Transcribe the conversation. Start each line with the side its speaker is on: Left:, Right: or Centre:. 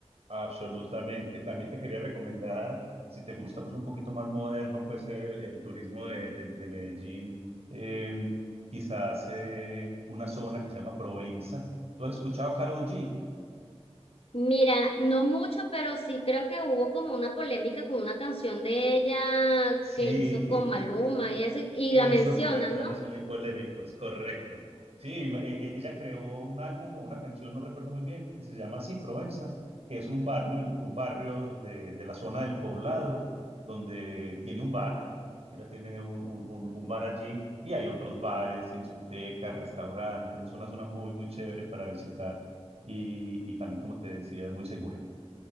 Right: absolutamente. También te quería recomendar, si te gusta pues un poquito más moderno, pues el, el turismo de, de- de Medellín, eh, quizás eh, una zona que se llama Provenza. ¿Tú has escuchado a Karol G?
Left: Mira, no mucho, pero sí creo que hubo como una polémica con una canción de ella
Right: Sí,
Left: que hizo con Maluma
Right: <laughs>
Left: y eso, y
Right: Esos
Left: la mencionan,
Right: reggaetones
Left: ¿no?
Right: son muy polémicos, correcto. Sí, me- e- e- ella creó un álbum o una canción, no recuerdo muy bien, que se llama así, Provenza, que es un barrio, en el- un barrio de, de la zona del Poblado, donde tiene un bar, ella tiene un, un- un- un bar allí, y hay otros bares y discotecas, restaurantes, es una zona muy, muy chévere para visitar y, y también, como te decía, es muy segura.